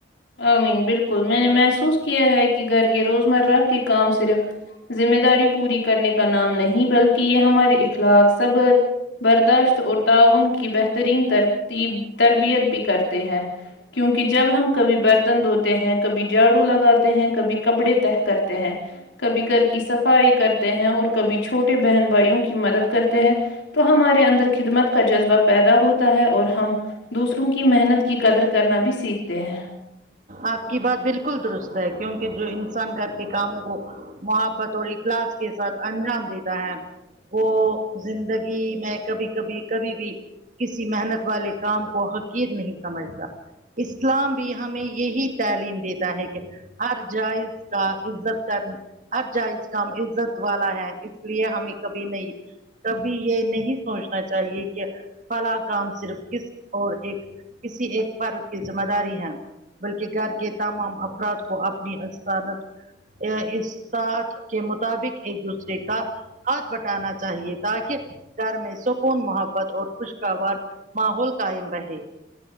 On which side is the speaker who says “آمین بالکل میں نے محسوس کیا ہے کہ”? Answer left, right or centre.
Left